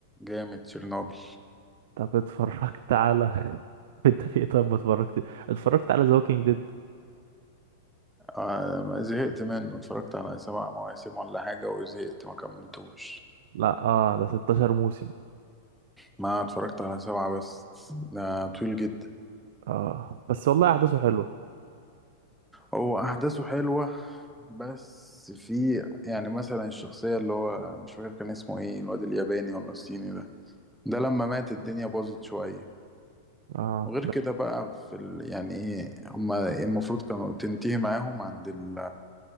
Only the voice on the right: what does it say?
طب اتفرجت على <laughs> انت في ايه طيب ما اتفرجت اتفرجت على ذا ووكينج ديد
لا اه ده 16 موسم
اه بس والله احداثه حلوه
اه
ده